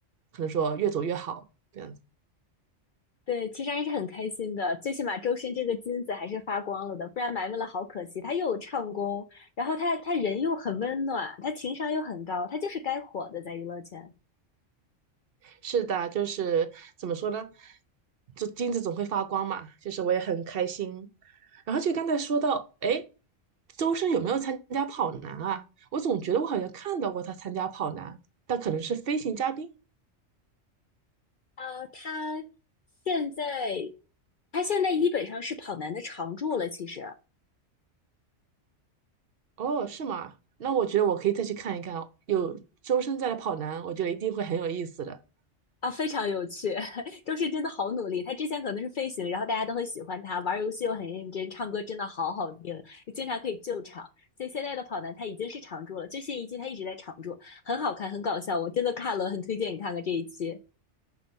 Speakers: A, on the right; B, on the left.
A: 可能说越走越好。这样子。
B: 对，其实还是很开心的，最起码周深这个金子还是发光了的，不然埋没了好可惜。他又有唱功，然后他他人又很温暖，他情商又很高，他就是该火的在娱乐圈。
A: 是的，就是怎么说呢？这金子总会发光嘛，就是我也很开心。然后就刚才说到，哎，周深有没有参加跑男啊？我总觉得我好像看到过他参加跑男，但可能是飞行嘉宾。
B: 呃，他现在他现在基本上是跑男的常驻了，其实。
A: 哦，是吗？那我觉得我可以再去看一看哦，有周深在的跑男，我觉得一定会很有意思的。
B: 啊，非常有趣，<laughs> 周深真的好努力。他之前可能是飞行，然后大家都很喜欢他，玩游戏又很认真，唱歌真的好好听，经常可以救场。所以现在的跑男他已经是常驻了，最新一季他一直在常驻，很好看，很搞笑，我真的看了，很推荐你看看这一期。